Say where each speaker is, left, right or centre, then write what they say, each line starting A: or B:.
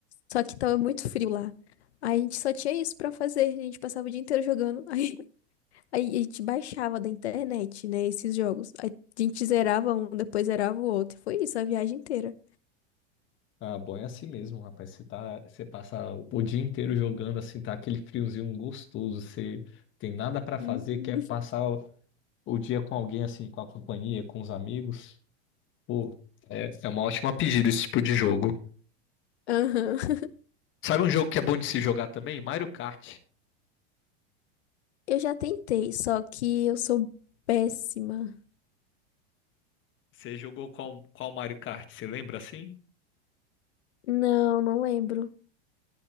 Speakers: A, on the left; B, on the left.
A: só que tava muito frio lá. Aí a gente só tinha isso pra fazer. A gente passava o dia inteiro jogando. <laughs> Aí, aí a gente baixava da internet, né, esses jogos. Aí a gente zerava um, depois zerava o outro. E foi isso a viagem inteira.
B: Ah, bom, é assim mesmo, rapaz. Você tá, você passa o dia inteiro jogando, assim, tá aquele friozinho gostoso. Você tem nada pra fazer,
A: Uhum.
B: quer passar o, o dia com alguém, assim, com a companhia, com os amigos. Pô, é, é uma ótima pedida esse tipo de jogo.
A: Aham. <laughs>
B: Sabe um jogo que é bom de se jogar também? Mario Kart.
A: Eu já tentei, só que eu sou péssima.
B: Você jogou qual, qual Mario Kart? Você lembra assim?
A: Não, não lembro.